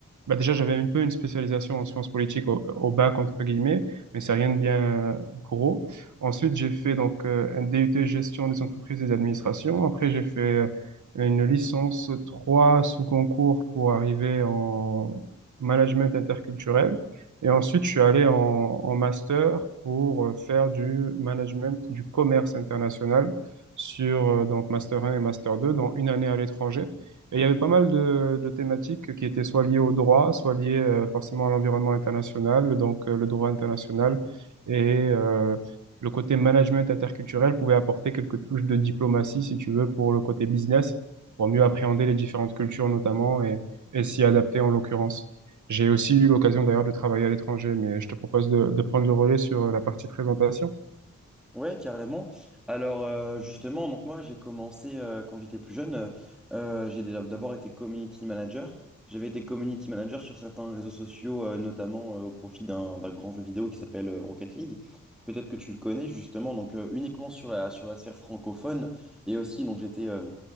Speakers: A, on the right; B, in the centre.
A: Bah déjà, j'avais un peu une spécialisation en sciences politiques au, au bac entre guillemets, mais c'est rien de bien gros. Ensuite, j'ai fait donc euh, un DUT gestion des entreprises et des administrations. Après, j'ai fait euh, une licence 3 sous concours pour arriver en management interculturel. Et ensuite, je suis allé en, en master pour euh, faire du management du commerce international sur euh, donc master 1 et master 2, dans une année à l'étranger. Et il y avait pas mal de, de thématiques qui étaient soit liées au droit, soit liées euh, forcément à l'environnement international, donc euh, le droit international et euh, le côté management interculturel pouvait apporter quelques touches de diplomatie, si tu veux, pour le côté business, pour mieux appréhender les différentes cultures notamment et, et s'y adapter en l'occurrence. J'ai aussi eu l'occasion d'ailleurs de travailler à l'étranger, mais je te propose de, de prendre le relais sur la partie présentation.
B: Ouais, carrément. Alors euh, justement, donc moi j'ai commencé euh, quand j'étais plus jeune, euh, euh, j'ai déjà- d'abord été community manager. J'avais été community manager sur certains réseaux sociaux, euh, notamment euh, au profit d'un d'un grand jeu vidéo qui s'appelle euh, Rocket League. Peut-être que tu le connais justement, donc euh, uniquement sur la sur la sphère francophone et aussi donc j'étais euh,